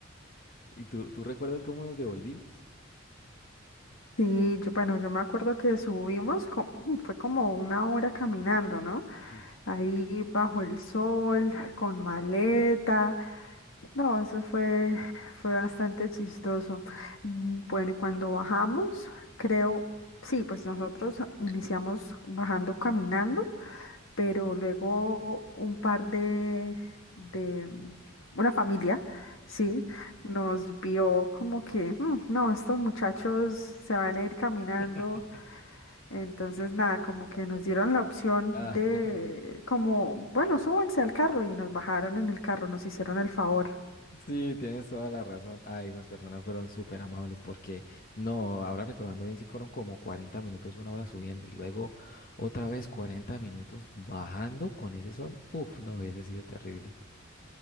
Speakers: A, on the left; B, on the left.
A: ¿Y tú, tú recuerdas cómo nos devolvimos?
B: Sí, yo, bueno, yo me acuerdo que subimos, co- fue como una hora caminando, ¿no?
A: Mm,
B: ahí bajo el sol, con maleta. No, eso fue, fue bastante chistoso. Mm, Bueno, y cuando bajamos, creo, sí, pues nosotros iniciamos bajando caminando, pero luego un par de, de mm, una familia, sí,
A: claro.
B: nos vio como que, "Mm, no, estos muchachos se van a ir caminando
A: <laughs>
B: entonces, nada, como que nos dieron la opción
A: Ah,
B: de, como, bueno, súbanse al carro y nos bajaron en el carro, nos hicieron el favor.
A: Sí, tienes toda la razón. Ay, esas personas fueron súper amables porque, no, ahora recordando bien, si fueron como 40 minutos, una hora subiendo y luego otra vez 40 minutos bajando con ese sol. Uf, no hubiese sido terrible.